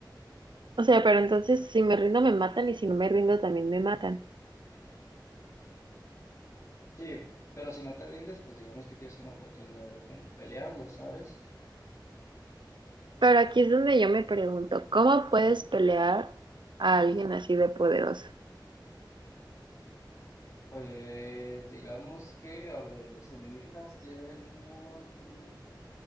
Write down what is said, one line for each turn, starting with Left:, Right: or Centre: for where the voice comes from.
Right: O sea, pero entonces si me rindo me matan y si no me rindo también me matan.
Left: Sí, pero si no te rindes, pues digamos que tienes una oportunidad de como pelearlo, ¿sabes?
Right: Pero aquí es donde yo me pregunto, ¿cómo puedes pelear a alguien así de poderoso? <laughs>
Left: Pues digamos que, a ver, los alienígenas tienen un...